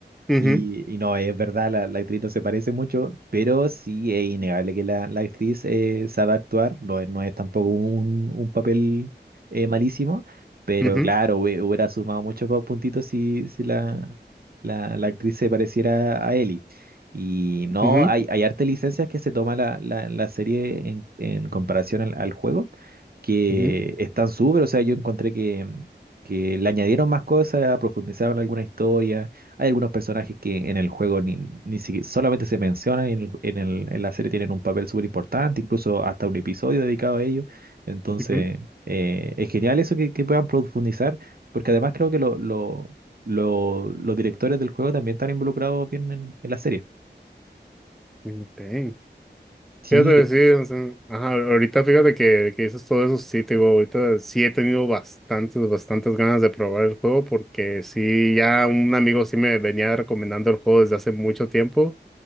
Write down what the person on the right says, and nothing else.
Y, y no, es verdad, la, la actriz no se parece mucho, pero sí es innegable que la, la actriz eh, sabe actuar, no, es- no es tampoco un, un papel eh, malísimo, pero
claro, hubie- hubiera sumado muchos más puntitos si, si la, la, la actriz se pareciera a Ellie. Y no,
hay, hay harta licencias que se toma la, la, la serie en, en comparación al, al juego, que
están súper, o sea, yo encontré que, que le añadieron más cosas, profundizaron alguna historia hay algunos personajes que en el juego ni, ni siquiera solamente se mencionan y en el- en el- en la serie tienen un papel súper importante, incluso hasta un episodio dedicado a ellos. Entonces,
eh, es genial eso que, que puedan profundizar, porque además creo que lo- lo- lo- los directores del juego también están involucrados bien en, en la serie.
Sí,
de-